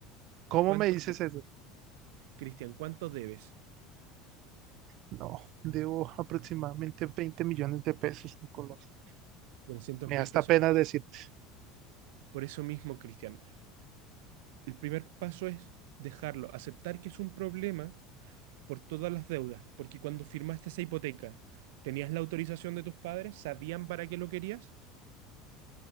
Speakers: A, on the right; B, on the right.
A: ¿Cómo
B: ¿Cuánto
A: me dices
B: debes,
A: eso?
B: Cristian? ¿Cuánto debes?
A: No, debo aproximadamente 20 millones de pesos, Nicolás.
B: Trescientos
A: Me
B: mil
A: da hasta
B: pesos.
A: pena decirte.
B: Por eso mismo, Cristian. El primer paso es dejarlo, aceptar que es un problema por todas las deudas, porque cuando firmaste esa hipoteca, ¿tenías la autorización de tus padres? ¿Sabían para qué lo querías?